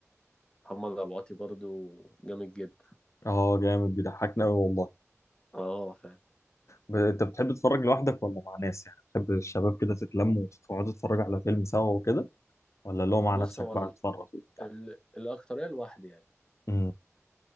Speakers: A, on the left (about 15°); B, on the left (about 65°).
A: محمد أبو عاطي برضو جامد جدا
B: اه جامد بيضحكني قوي والله
A: اه فاهم
B: ب- انت بتحب تتفرج لوحدك ولا مع ناس يعني تحب الشباب كده تتلموا وتقعدوا تتفرجوا على فيلم سوا وكده ولا اللي هو مع
A: بص
B: نفسك
A: هو
B: بقى
A: ال...
B: تتفرج وبتاع
A: ال... الأكترية لوحدي يعني
B: امم